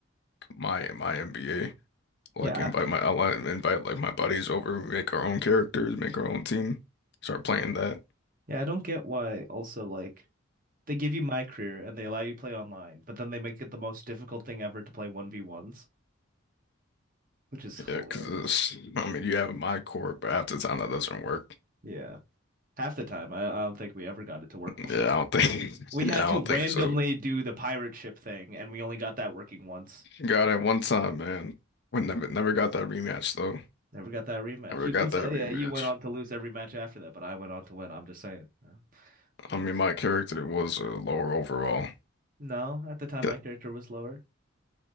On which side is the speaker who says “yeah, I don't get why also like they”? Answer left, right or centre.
Right